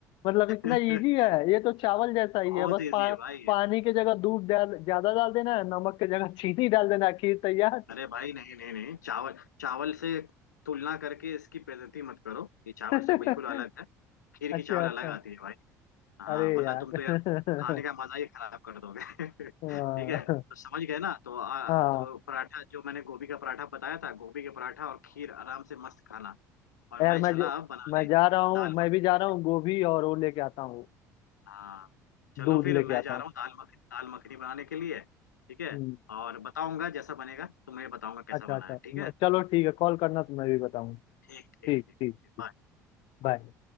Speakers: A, on the left; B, on the left.
A: मतलब
B: <laughs>
A: इतना इजी है ये तो चावल जैसा ही
B: बहुत
A: है बस
B: इजी
A: पा,
B: है भाई ये
A: पानी की जगह दूध डाल ज्यादा डाल देना है नमक की जगह चीनी डाल देना है, खीर तैयार
B: अरे भाई नहीं नहीं नहीं चावल चावल से तुलना करके इसकी बेइज्जती मत करो ये चावल
A: <laughs>
B: से बिल्कुल अलग है खीर
A: अच्छा
B: की चावल
A: अच्छा
B: अलग आती है भाई हाँ
A: अरे
B: वरना
A: यार
B: तुम तो यार खाने
A: <laughs>
B: का मजा ही खराब कर दोगे <laughs>
A: हाँ
B: ठीक है तो समझ गए ना तो आ,
A: हाँ
B: तो पराठा जो मैंने गोभी का पराठा बताया था गोभी के पराठा और खीर आराम से मस्त खाना और
A: यार
B: मैं
A: मैं
B: चला
A: ज-
B: अब बनाने
A: मैं जा रहा हूँ
B: दाल
A: मैं
B: मखनी
A: भी जा
B: के
A: रहा
B: लिए
A: हूँ गोभी और वो लेके आता हूँ
B: हाँ चलो
A: दूध
B: फिर
A: लेके
B: मैं
A: आता
B: जा
A: हूँ
B: रहा हूँ दाल मखनी दाल मखनी बनाने के लिए ठीक है
A: हम्म,
B: और बताऊंगा जैसा बनेगा तुम्हें बताऊंगा कैसा
A: अच्छा अच्छा
B: बना है ठीक है
A: चलो ठीक है कॉल करना तो मैं भी बताऊँ
B: ठीक ठीक
A: ठीक
B: ठीक
A: ठीक
B: ओके बाय
A: बाय